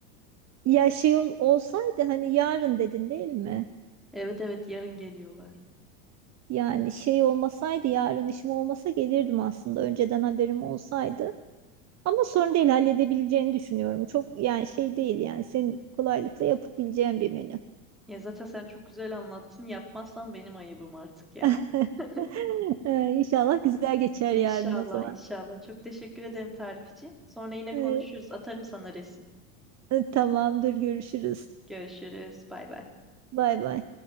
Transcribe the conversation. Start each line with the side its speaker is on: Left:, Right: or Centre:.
Right: Ya şey ol- olsaydı hani yarın dedin değil mi?
Centre: Evet evet yarın geliyorlar.
Right: Yani şey olmasaydı yarın işim olmasa gelirdim aslında önceden haberim olsaydı. Ama sorun değil halledebileceğini düşünüyorum. Çok yani şey değil yani senin kolaylıkla yapabileceğin bir menü.
Centre: Ya zaten sen çok güzel anlattın yapmazsan benim ayıbım artık yani.
Right: <laughs>
Centre: <laughs>
Right: Ee, İnşallah güzel geçer
Centre: İnşallah
Right: yarın o zaman.
Centre: inşallah çok teşekkür ederim tarif için. Sonra yine konuşuruz
Right: Ee,
Centre: atarım sana resim.
Right: e, tamamdır görüşürüz.
Centre: Görüşürüz bay bay.
Right: Bay bay.